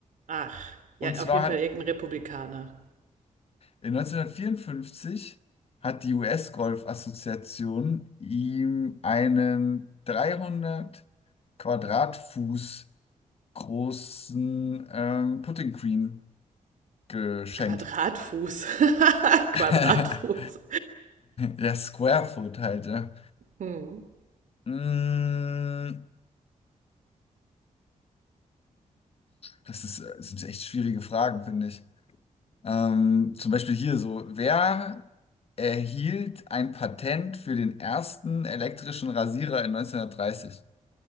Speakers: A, on the right; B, on the left.
A: Ach,
B: Und
A: ja,
B: zwar
A: auf jeden
B: hat
A: Fall irgendein Republikaner.
B: in 1954 hat die US-Golf-Assoziation ihm einen 300 Quadratfuß großen ähm, Putting Green geschenkt.
A: Quadratfuß.
B: <laughs>
A: <laughs> Quadratfuß.
B: <laughs> Ja, Square Foot halt, ja.
A: Hm.
B: Mm, Das ist, das sind echt schwierige Fragen, finde ich. Ähm, zum Beispiel hier so, wer erhielt ein Patent für den ersten elektrischen Rasierer in 1930?